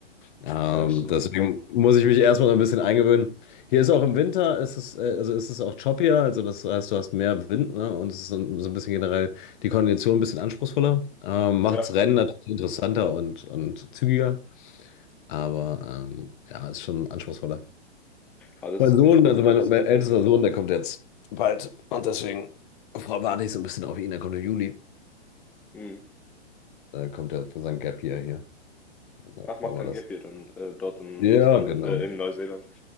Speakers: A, on the left; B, in the centre.
A: Ähm,
B: Ja, das stimmt.
A: deswegen muss ich mich erstmal ein bisschen eingewöhnen. Hier ist auch im Winter, ist es, äh, also ist es auch choppier, also das heißt, du hast mehr Wind, ne? Und es ist so ein so ein bisschen generell die Kondition ein bisschen anspruchsvoller. Ähm, macht's
B: Ja,
A: Rennen natürlich interessanter und, und zügiger, aber ähm, ja, ist schon anspruchsvoller.
B: aber das
A: Mein
B: ist auf
A: Sohn,
B: jeden Fall
A: also
B: sehr interessant.
A: mein, mein ältester Sohn, der kommt jetzt bald und deswegen warte ich so ein bisschen auf ihn, der kommt im Juli.
B: Mhm.
A: Da kommt er für sein Gap Year hier. Und dann
B: Ach, macht
A: wollen wir
B: dann
A: das.
B: Gap Year dann äh, dort in
A: Ja,
B: Australien,
A: genau.
B: äh, in Neuseeland.